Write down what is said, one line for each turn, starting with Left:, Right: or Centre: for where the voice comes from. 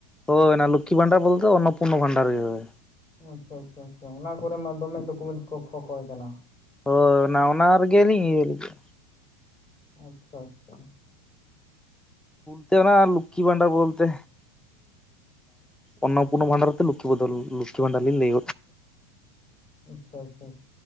Centre: ᱦᱳᱭ ᱚᱱᱟ ᱞᱩᱠᱷᱤ ᱵᱷᱟᱱᱰᱟᱨ ᱵᱚᱞᱛᱮ ᱚᱱᱱᱚᱯᱚᱱᱚ ᱵᱷᱟᱱᱰᱟᱨ ᱜᱮ ᱦᱳᱭ
Left: ᱟᱪᱪᱷᱟ ᱟᱪᱪᱷᱟ ᱟᱪᱪᱷᱟ ᱚᱱᱟ ᱠᱚᱨᱮ ᱢᱟ ᱫᱚᱢᱮ ᱰᱚᱠᱩᱢᱮᱱᱴᱥ ᱠᱚ ᱠᱷᱚᱠᱚᱭ ᱠᱟᱱᱟ
Centre: ᱦᱳᱭ ᱚᱱᱟ ᱚᱱᱟ ᱨᱮᱜᱮᱞᱤᱧ ᱤᱭᱟ. ᱞᱟ. ᱜᱤᱫ
Left: ᱟᱪᱪᱷᱟ ᱟᱪᱪᱷᱟ
Centre: ᱛᱮ ᱱᱚᱣᱟ ᱞᱩᱠᱷᱤ ᱵᱷᱟᱱᱰᱟ ᱵᱚᱞᱛᱮ, ᱚᱱᱱᱚᱯᱩᱱᱱᱚ ᱵᱷᱟᱱᱰᱟᱨ ᱛᱮ ᱞᱩᱠᱷᱤ ᱵᱚᱫᱚᱞ ᱞᱩᱠᱷᱤ ᱵᱷᱟᱱᱰᱟᱨ ᱞᱤᱧ ᱞᱟᱹᱭ
Left: ᱟᱪᱪᱷᱟ ᱟᱪᱪᱷᱟ